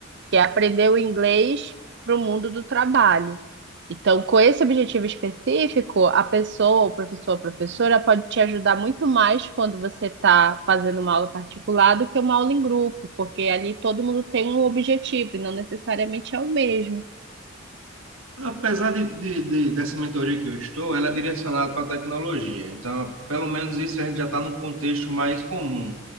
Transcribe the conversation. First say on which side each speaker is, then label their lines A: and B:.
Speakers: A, on the right; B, on the right.
A: que é aprender o inglês para o mundo do trabalho. Então, com esse objetivo específico, a pessoa, o professor, a professora pode te ajudar muito mais quando você está fazendo uma aula particular do que uma aula em grupo, porque ali todo mundo tem um objetivo e não necessariamente é o mesmo.
B: Apesar de, de- de- dessa mentoria que eu estou, ela é direcionada para a tecnologia. Então, pelo menos isso a gente já está no contexto mais comum.